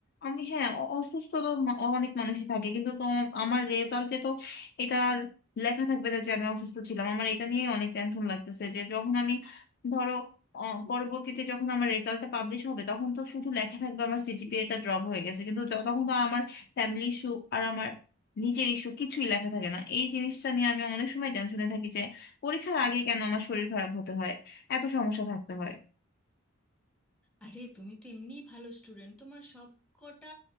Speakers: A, on the left (about 45°); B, in the centre.
A: আমি হ্যাঁ অ- অসুস্থ তো মা- অনেক মানুষই থাকে কিন্তু তো আমার রেজাল্টে তো এটা আর লেখা থাকবে না যে আমি অসুস্থ ছিলাম আমার এটা নিয়ে অনেক টেনশন লাগতেছে যে যখন আমি ধরো অ, পরবর্তীতে যখন আমার রেজাল্টটা পাবলিশ হবে তখন তো শুধু লেখা থাকবে আমার সিজিপিএটা ড্রপ হয়ে গেছে কিন্তু য- তখন তো আর আমার ফ্যামিলি ইস্যু আর আমার নিজের ইস্যু কিছুই লেখা থাকে না এই জিনিসটা নিয়ে আমি অনেক সময় টেনশনে থাকি যে পরীক্ষার আগে কেন আমার শরীর খারাপ হতে হয় এত সমস্যা থাকতে হয়
B: আরে তুমি তো এমনিই ভালো স্টুডেন্ট তোমার সব কটা